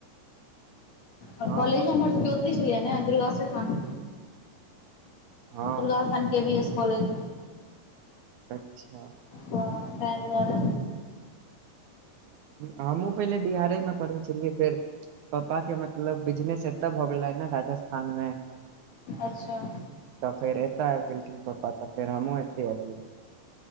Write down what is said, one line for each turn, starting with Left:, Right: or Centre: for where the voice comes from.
Right: <inaudible>
Left: आ
Right: हँ
Left: कॉलेजो हमर सभके उतहि छलियै ने, दुर्गास्थान।
Right: हँ
Left: दुर्गास्थान के बी एस कॉलेज।
Right: अच्छा
Left: ह तै दुआरे।
Right: हमहुँ पहिले बिहारेमे पढ़ै छलियै, फेर पप्पाके मतलब बिजनेस एतऽ हो गेलै ने राजस्थानमे।
Left: अच्छा
Right: तऽ फेर एतय आबि गेलखिन पप्पा, तऽ फेर हमहुँ एते आबि गेलियै।